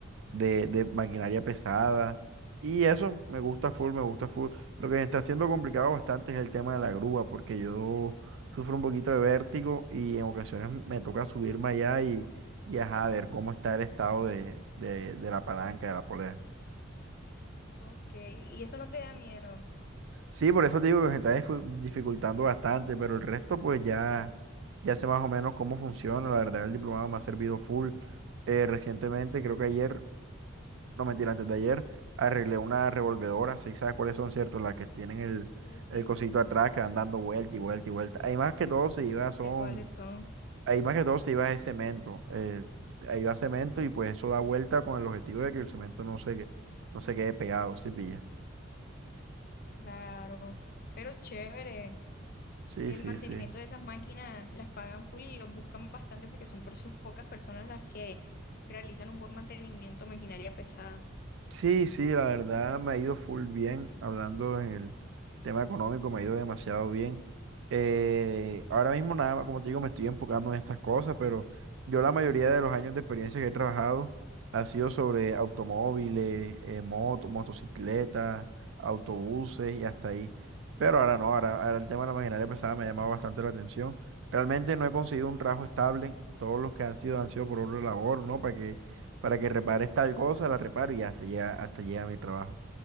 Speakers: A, on the right; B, on the left.
A: de, de maquinaria pesada. Y eso me gusta full, me gusta full. Lo que me está haciendo complicado bastante es el tema de la grúa, porque yo sufro un poquito de vértigo y en ocasiones me toca subirme allá y, y ajá, ver cómo está el estado de, de, de la palanca, de la polea.
B: Ok. ¿Y eso no te da miedo?
A: Sí, por eso te digo que se está difu- dificultando bastante, pero el resto pues ya, ya sé más o menos cómo funciona. La verdad, el diplomado me ha servido full. Eh, recientemente, creo que ayer, no mentira, antes de ayer, arreglé una revolvedora, si sabes cuáles son, ¿cierto? Las que tienen el,
B: Sí, sí,
A: el cosito atrás que van dando vuelta y vuelta y vuelta. Ahí más que todo
B: sí,
A: se iba,
B: sí,
A: son,
B: sé cuáles son.
A: ahí más que todo se iba es cemento. eh, ahí va cemento y pues eso da vuelta con el objetivo de que el cemento no se, que- no se quede pegado, ¿sí pilla?
B: Claro. Pero chévere.
A: Sí,
B: El
A: sí,
B: mantenimiento
A: sí.
B: de esas máquinas las pagan full y los buscan bastante porque son por sus pocas personas las que realizan un buen mantenimiento de maquinaria pesada.
A: Sí, sí, la verdad me ha ido full bien, hablando en el tema económico, me ha ido demasiado bien. Eh, ahora mismo nada más, como te digo, me estoy enfocando en estas cosas, pero yo la mayoría de los años de experiencia que he trabajado ha sido sobre automóviles, eh, moto- motocicletas, autobuses y hasta ahí. Pero ahora no, ahora, ahora el tema de la maquinaria pesada me ha llamado bastante la atención. Realmente no he conseguido un trabajo estable, todos los que han sido han sido por otra labor, ¿no? Para que para que repares tal cosa, la reparo y hasta llega, hasta llega mi trabajo.